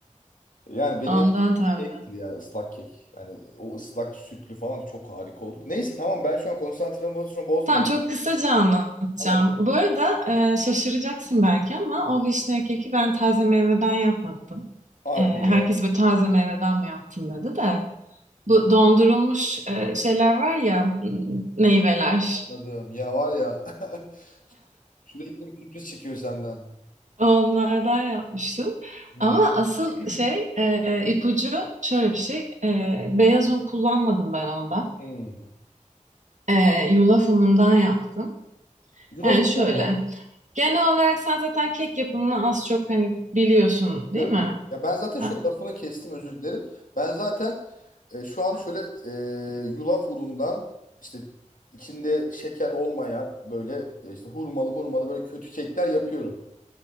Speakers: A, on the left (about 85°); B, on the right (about 65°).
A: Yani benim
B: Ondan
A: en sevdiğim
B: tahminen.
A: kektir yani ıslak kek. Yani o ıslak sütlü falan çok harika olur. Neyse tamam ben şu an konsantremi bozmayacağım.
B: Tamam çok kısaca anlatacağım.
A: Tamam.
B: Bu arada e, şaşıracaksın belki ama o vişne keki ben taze meyveden yapmadım.
A: Hadi
B: E, herkes
A: ya.
B: böyle taze meyveden mi yaptın dedi de. Bu dondurulmuş e, şeyler var ya m, meyveler.
A: Anladım. Ya var ya <laughs> sürekli bir sürpriz çıkıyor senden.
B: Onlardan yapmıştım.
A: Hı
B: Ama
A: hı.
B: asıl
A: <clears throat>
B: şey e, ipucu şöyle bir şey. E, beyaz un kullanmadım ben onda.
A: Hmm.
B: E, yulaf unundan yaptım.
A: Yulaf
B: Yani şöyle.
A: ne yap.
B: Genel olarak sen zaten kek yapımını az çok hani biliyorsun değil
A: Diyorum,
B: mi?
A: diyorum. Ya ben zaten
B: Ha,
A: şöyle lafını kestim özür dilerim. Ben zaten e, şu an şöyle e, yulaf unundan işte içinde şeker olmayan böyle e, işte hurmalı murmalı böyle kötü kekler yapıyorum.